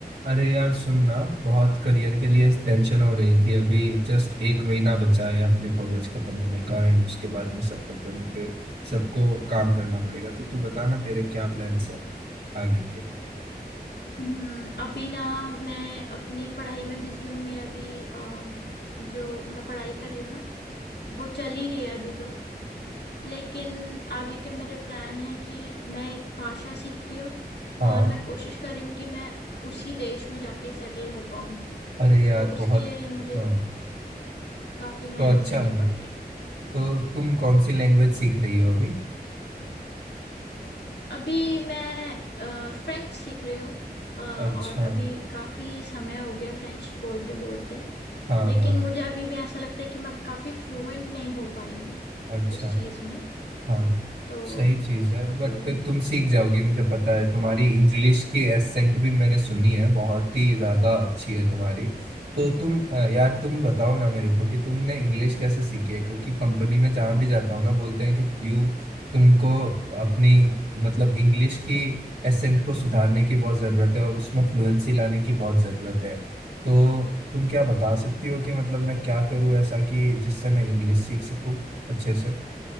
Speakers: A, on the right; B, on the left.
A: अरे यार सुनना बहुत करियर के लिए टेंशन हो रही थी अभी जस्ट एक महीना बचा है अपने कॉलेज खत्म होने का एंड उसके बाद में सब खत्म फिर सबको काम करना पड़ेगा तो तू बता ना तेरे क्या प्लान्स है आगे के
B: हम्म अभी ना मैं अपनी पढ़ाई में बिजी हूँ मेरा भी अम, जो मैं पढ़ाई कर रही हूँ ना वो चल ही रही है अभी तो लेकिन आगे के मेरे प्लान है कि मैं एक भाषा सीख रही हूँ
A: हाँ
B: और मैं कोशिश कर रही हूँ कि मैं उसी देश में जाके सेटल हो पाऊँ
A: अरे यार
B: तो उसके
A: बहुत
B: लिए मुझे
A: हाँ
B: काफी
A: तो
B: मेहनत
A: अच्छा
B: करनी
A: है
B: पड़ रही है
A: तो तुम कौन सी लैंग्वेज सीख रही हो अभी
B: अभी मैं फ्रेंच सीख रही हूँ अ, और
A: अच्छा
B: अभी काफी समय हो गया फ्रेंच बोलते बोलते
A: हाँ
B: लेकिन
A: हाँ
B: मुझे अभी भी ऐसा लगता है कि मैं काफी फ्लुएंट नहीं हो पाई हूँ
A: अच्छा
B: उस चीज में
A: हाँ
B: तो
A: सही चीज है
B: अभी
A: बट तुम सीख जाओगी मुझे पता है तुम्हारी इंग्लिश की एसेंट भी मैंने सुनी है बहुत ही ज्यादा अच्छी है तुम्हारी तो तुम अ, यार तुम बताओ ना मेरे को कि तुमने इंग्लिश कैसे सीखी है क्योंकि कंपनी में जहाँ भी जाता हूँ ना बोलते हैं कि यू तुमको अपनी मतलब इंग्लिश की एसेंट को सुधारने की बहुत जरूरत है और उसमें फ्लुएंसी लाने की बहुत जरूरत है तो तुम क्या बता सकती हो कि मतलब मैं क्या करूँ ऐसा कि जिससे मैं इंग्लिश सीख सकूँ अच्छे से